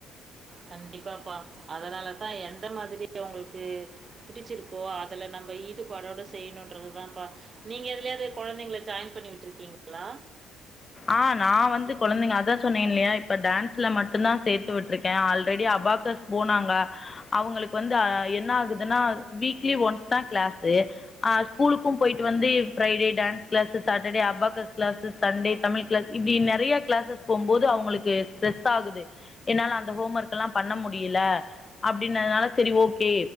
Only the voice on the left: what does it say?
ஆஹ் நான் வந்து குழந்தைங்க அதான் சொன்னீன் இல்லையா இப்ப டான்ஸ்ல மட்டும் தான் சேர்த்து விட்டுருக்கேன் ஆல்ரெடி அபாக்கஸ் போனாங்க அவங்களுக்கு வந்து என்ன ஆகுதுன்னா வீக்லி ஒன்ஸ் தான் கிளாஸ் ஆஹ் ஸ்கூலுக்கும் போயிட்டு வந்து Friday dance class Saturday abacus class Sunday Tamil class இப்படி நிறைய கிளாஸஸ் போகும்போது அவங்களுக்கு ஸ்ட்ரெஸ் ஆகுது என்னால அந்த ஹோம் ஒர்க் எல்லாம் பண்ண முடியல அப்படனதுனால சரி ஓகே